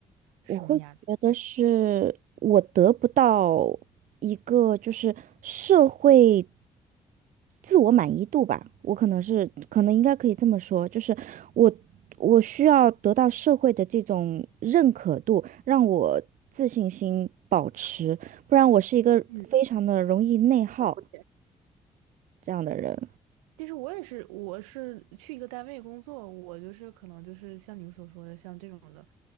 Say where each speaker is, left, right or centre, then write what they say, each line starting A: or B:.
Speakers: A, on the right; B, on the right.
A: 什么压力？
B: 我会觉得是我得不到一个就是社会自我满意度吧，我可能是可能应该可以这么说，就是我我需要得到社会的这种认可度，让我自信心保持，不然我是一个非常的容易内耗
A: 嗯，我理解。
B: 这样的人，
A: 其实我也是，我是去一个单位工作，我就是可能就是像你所说的，像这种的，